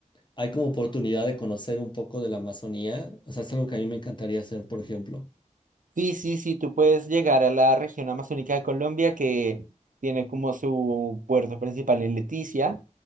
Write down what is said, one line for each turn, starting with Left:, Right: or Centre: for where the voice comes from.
Left: hay como oportunidad de conocer un poco de la Amazonía, o sea, es algo que a mí me encantaría hacer, por ejemplo.
Right: Sí, sí, sí, tú puedes llegar a la región amazónica de Colombia que tiene como su puerto principal en Leticia.